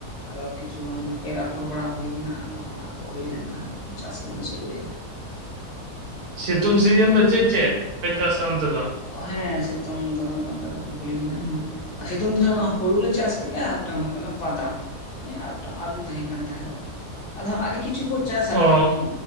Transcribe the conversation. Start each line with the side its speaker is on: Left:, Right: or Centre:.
Left: ᱟᱫᱚ ᱠᱤᱪᱷᱩ ᱜᱟᱱ ᱮᱨ ᱟᱯᱷᱚᱨ ᱵᱟᱲᱟ ᱦᱩᱭ ᱠᱟᱱᱟ ᱟᱫᱚ ᱚᱱᱟ ᱠᱚ ᱦᱩᱭ ᱞᱮᱱ ᱠᱷᱟᱱ ᱪᱟᱥ ᱠᱟᱹᱢᱤ ᱞᱮ ᱥᱩᱨᱩᱭᱟ᱾
Right: ᱥᱤᱛᱩᱝ ᱥᱤᱡᱤᱱ ᱫᱚ ᱪᱮᱜ ᱪᱮᱜ ᱯᱮ ᱪᱟᱥᱟ ᱚᱱᱛᱮ ᱫᱚ?
Left: ᱦᱮᱸ ᱥᱤᱛᱩᱝ ᱫᱚ ᱱᱟᱯᱟᱭ ᱠᱚ ᱠᱩᱠᱞᱤ ᱠᱟᱱᱟ ᱦᱮᱸ᱾ ᱥᱤᱛᱩᱝ ᱫᱤᱱ ᱨᱮ ᱚᱱᱟ ᱦᱩᱲᱩ ᱞᱮ ᱪᱟᱥ ᱠᱮᱜᱼᱟ ᱢᱤᱫᱴᱟᱝ ᱦᱩᱭᱩᱜ ᱠᱟᱱᱟ ᱵᱟᱫᱟᱢ᱾ ᱦᱮᱸ ᱟᱨ ᱤᱴᱟ ᱟᱞᱩ ᱛᱟᱦᱮᱸ ᱠᱟᱱ ᱛᱟᱦᱮᱸ ᱫᱚ ᱟᱫᱚ ᱟᱹᱰᱤ ᱠᱤᱪᱷᱩ ᱠᱚ ᱪᱟᱥᱟ
Right: ᱚ
Left: ᱡᱮᱢᱚᱱ